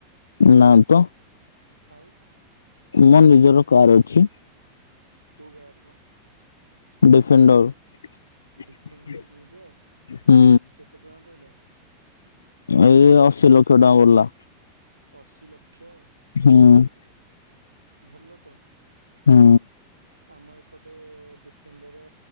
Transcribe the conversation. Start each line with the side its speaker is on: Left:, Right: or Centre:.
Left: ନା ତ।
Right: ଆଉ।
Left: ମୋ ନିଜର କାର ଅଛି।
Right: କୋଉ କାର ମ
Left: ଡିଫେଣ୍ଡର
Right: ଡିଫେଣ୍ଡର କିଣିଛ
Left: ହୁଁ।
Right: କେତେ ଟଙ୍କା ପଇଲା
Left: ଏଇ ଅଶୀ ଲକ୍ଷ ଟଙ୍କା ବଲା।
Right: ଅଶୀ ଲକ୍ଷ।
Left: ହୁଁ।
Right: ଭଲ ତ।
Left: ହୁଁ।
Right: ଆମ ଏପଟେ ଡ଼ିଫେଣ୍ଡର